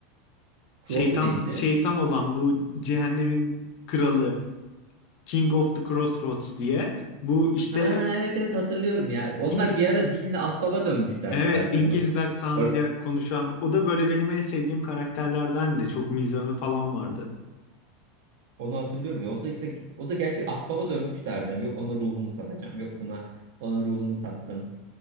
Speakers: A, on the right; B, on the left.
A: Crow'du
B: Şeytan
A: neydi?
B: şeytan olan bu cehennemin kralı King of the Crossroads diye bu işte
A: Ha evet evet hatırlıyorum ya. Onlar
B: İngi
A: bir ara Din'le Ahbap'a dönmüşlerdi
B: evet
A: zaten.
B: İngiliz
A: Yok
B: aksanıyla
A: dört-
B: konuşan o da böyle benim en sevdiğim karakterlerden de çok mizahı falan vardı.
A: onu hatırlıyorum ya. O da işte o da gerçi Ahbap'a dönmüşlerdi. Yok ona ruhumu satacağım. Yok buna ona ruhunu sattın.